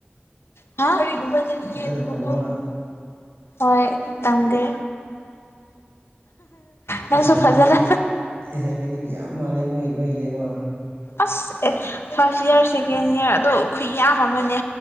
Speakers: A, on the left; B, on the right.
A: ꯍꯥ ꯆ ꯑꯗꯨ
B: ꯐꯖꯅ ꯇꯝꯃꯣꯕ
A: ꯂ ꯍꯣꯏ ꯇꯝꯒꯦ ꯅꯪꯁꯨ
B: ꯑꯦꯁꯥꯏꯟꯃꯦꯟꯗꯤ
A: ꯐꯖꯅ
B: ꯑꯦꯁꯥꯏꯟꯃꯦꯟꯗꯤꯗꯤ ꯌꯥꯝ ꯃꯥꯜꯂꯦ ꯃꯣꯏ ꯅꯣꯏꯁꯦꯀꯣ
A: ꯑꯁ ꯑꯦ ꯐꯥꯔꯁ ꯏꯌꯥꯔ ꯁꯦꯀꯦꯟ ꯏꯌꯥꯔ ꯑꯗꯣ ꯈꯨ ꯌꯥꯝ ꯑꯃꯅꯦ